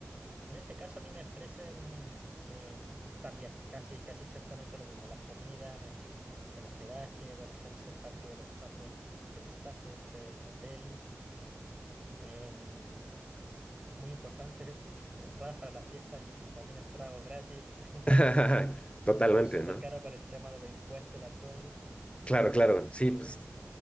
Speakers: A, on the right; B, on the left.
A: En este caso a mí me ofrecen em, también casi, casi exactamente lo mismo, las comidas, el, el hospedaje, bueno, ser, ser parte de los staff de- del staff de este hotel. Em, muy importantes, <laughs> entradas para la fiesta y también el trago gratis, <laughs>
B: <laughs>
A: porque ya
B: Totalmente,
A: es súper
B: ¿no?
A: caro por el tema de los impuestos, el alcohol.
B: Claro, claro, sí,
A: eh,
B: pues